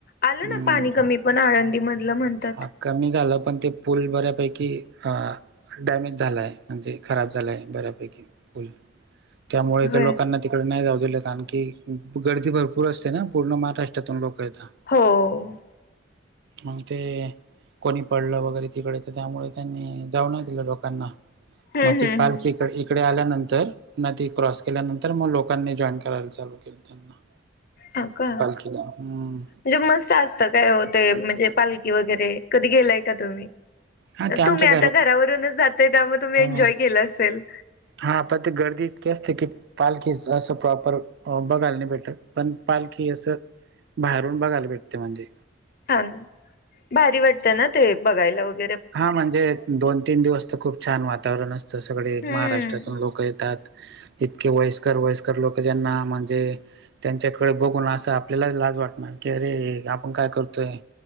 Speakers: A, on the left; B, on the right.
A: आलं
B: हम्म
A: ना पाणी कमी पण आळंदी मधलं म्हणतात.
B: हा कमी झालं, पण ते पूल बऱ्यापैकी अ डॅमेज झालाय म्हणजे खराब झालाय बऱ्यापैकी पूल. त्यामुळे
A: होय
B: तर लोकांना तिकडे नाही जाऊ दिलं, कारण की गर्दी भरपूर पुर असते ना पूर्ण महाराष्ट्रातून लोक येता.
A: हो.
B: मग ते कोणी पडलं वगैरे तिकडे तर त्यामुळे त्यांनी जाऊ नाही दिलं लोकांना,
A: हम्म
B: मग
A: हम्म
B: ते पालची
A: हम्म
B: इकडं ये इकडे आल्यानंतर, नदी क्रॉस केल्यानंतर मग लोकांनी जॉईन करायला चालू केलं त्यांना.
A: हो का?
B: पालखीला हम्म
A: म्हणजे मस्त असतं काय ओ ते म्हणजे पालखी वगैरे. कधी गेलाय का तुम्ही?
B: हा
A: तर
B: ते आमच्या
A: तुम्ही आता घरावरूनच जाताय त्यामुळे तुम्ही
B: हा
A: एन्जॉय केलं असेल.
B: हा पण ते गर्दी इतकी असते की पालखीच असं प्रॉपर अ बघायला नाही भेटत, पण पालखी असं बाहेरून बघाला भेटते म्हणजे.
A: हां, भारी वाटतं ना ते बघायला होत.
B: हा म्हणजे दोन तीन दिवस तर खूप छान वातावरण असतं, सगळे
A: हम्म
B: महाराष्ट्रातून लोक येतात.
A: <inaudible>
B: इतके वयस्कर वयस्कर लोक ज्यांना म्हणजे त्यांच्याकडे बघून असं आपल्यालाच लाज वाटणार, की अरे आपण काय करतोय.